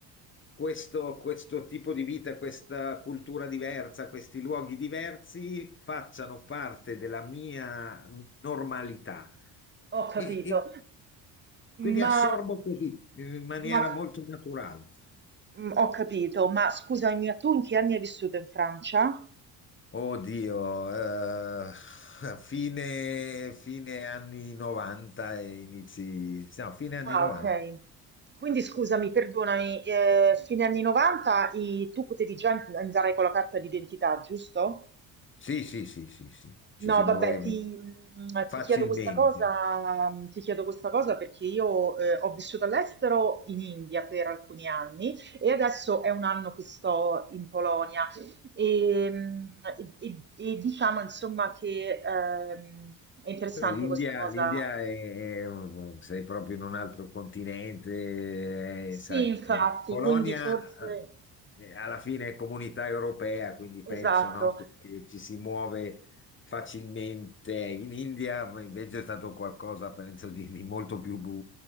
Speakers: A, on the left (about 25°); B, on the right (about 25°).
A: questo, questo tipo di vita, questa cultura diversa, questi luoghi diversi facciano parte della mia normalità.
B: ho
A: E,
B: capito.
A: e quindi
B: Ma,
A: assorbo così, in maniera
B: ma-
A: molto naturale.
B: mm, ho capito, ma scusami, ma tu in che anni hai vissuto in Francia?
A: Oddio, eh, fine, fine anni 90 e inizi, no, fine anni
B: Ah,
A: 90.
B: ok. Quindi scusami, perdonami, eh, fine anni 90 i- tu potevi già andare con la carta d'identità, giusto?
A: Sì, sì, sì, sì, sì, ci
B: No,
A: si muoveva
B: vabbè, ti, mh,
A: facilmente.
B: ti chiedo questa cosa, mh, ti chiedo questa cosa perché io eh, ho vissuto all'estero in India per alcuni anni e adesso è un anno che sto in Polonia e, mh, e- e- e diciamo insomma che ehm, è interessante
A: Beh, l'India
B: questa cosa.
A: l'India è, è un- sei proprio in un altro continente,
B: Sì,
A: eh, sai.
B: infatti,
A: eh, Polonia
B: quindi forse...
A: eh, eh, alla fine è comunità europea, quindi penso,
B: Esatto.
A: no, che che ci si muove facilmente. In India invece è stato qualcosa, penso, di, di molto più,